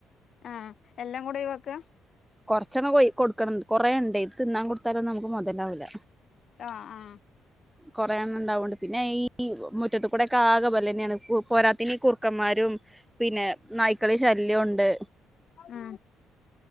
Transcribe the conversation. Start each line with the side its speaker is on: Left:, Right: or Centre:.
Left: ആ എല്ലാം കൂടെയാ വയ്ക്ക
Centre: കൊറച്ചെണ്ണ കൊയ് കൊടുക്കണന്ന് കൊറേ ണ്ടെയ് തിന്നാൻ കൊടുത്താലൊന്നും നമ്മക്ക് മൊതലാവൂല
Left: ആ ആ
Centre: കൊറേണ്ണണ്ടാവോണ്ട് പിന്നെ ഈ മുറ്റത്ത് കൂടെക്കെ ആകെ ബലെ പോരാത്തെയ്നി കുർക്കമ്മാരും പിന്നെ നായ്ക്കളി ശല്യൊണ്ട്
Left: ആ